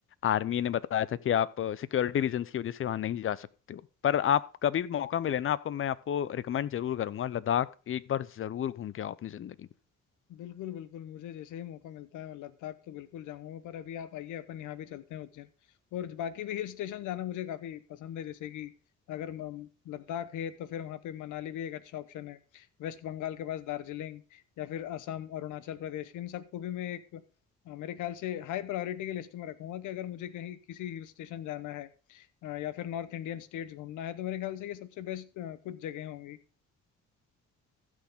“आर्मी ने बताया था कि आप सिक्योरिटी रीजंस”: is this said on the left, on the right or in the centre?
Left